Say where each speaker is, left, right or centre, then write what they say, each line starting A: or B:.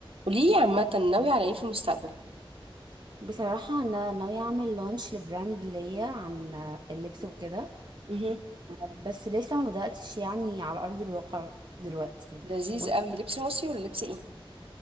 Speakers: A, on the right; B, on the right.
A: قوليلي عامة ناوية على ايه في المستقبل
B: بصراحة أنا ناوية أعمل لونش لبراند ليا عن اللبس وكده
A: مهم.
B: بس لسه ما بدأتش يعني على أرض الواقع دلوقتي
A: لذيذ
B: وإن-
A: قوي لبس مصري ولا لبس ايه